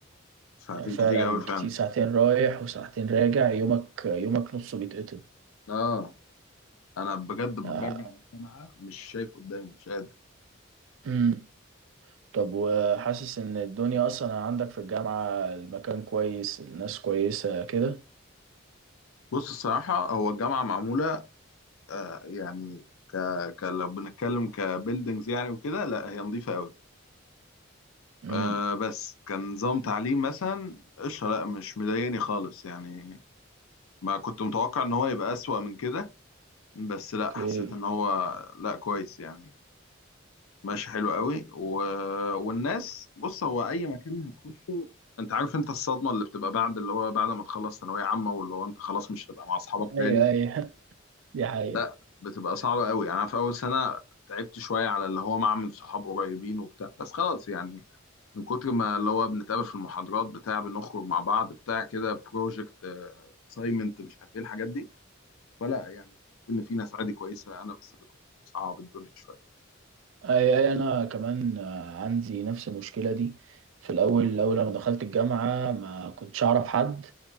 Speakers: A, on the left; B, on the right.
A: ساعتين
B: آه، فعلا
A: كتير قوي فعلا
B: كتير ساعتين رايح وساعتين راجع يومك يومك نصه بيتقطع
A: اه انا بجد برجع
B: آه،
A: من الجامعه مش شايف قدامي مش قادر
B: امم طب وحاسس ان الدنيا اصلا عندك في الجامعة المكان كويس الناس كويسة كده
A: بص الصراحه هو الجامعه معموله آه يعني ك... ك... لو بنتكلم كبيلدينجز يعني وكده لا هي نظيفة قوي
B: امم
A: آه بس كنظام تعليم مثلا قشطة لا مش مضايقني خالص يعني ما كنت متوقع ان هو يبقى أسوأ من كده بس لا
B: اوكي
A: حسيت ان هو لا كويس يعني ماشي حلو قوي و... والناس بص هو اي مكان هتخشه انت عارف انت الصدمة اللي بتبقى بعد اللي هو بعد ما تخلص ثانوية عامة واللي هو انت خلاص مش هتبقى مع اصحابك تاني
B: ايوه ايوه <laughs> دي حقيقة
A: لا بتبقى صعبة قوي يعني أنا في أول سنة تعبت شوية على اللي هو معمل صحاب قريبين وبتاع بس خلاص يعني من كتر ما اللي هو بنتقابل في المحاضرات بتاع بنخرج مع بعض بتاع كده بروجكت أسايمنت مش عارف إيه الحاجات دي فلا يعني إن في ناس عادي كويسة أنا بس اللي كنت بصعب الدنيا شوية
B: اي اي انا كمان آه، عندي نفس المشكله دي في الاول اول لما دخلت الجامعه ما كنتش اعرف حد